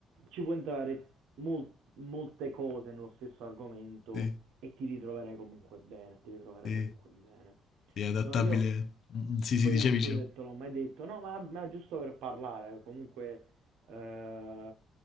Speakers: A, on the right; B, on the left.
A: ci può entrare mol- molte cose nello stesso argomento
B: Sì,
A: e ti ritroverai comunque bene, ti ritroverai
B: sì.
A: comunque bene.
B: Sì, è adattabile.
A: No, io
B: Mm, Sì, sì,
A: poi
B: dicevi.
A: io non
B: dicevo.
A: so se te l'ho mai detto, no, ma, ma giusto per parlare, comunque, eh,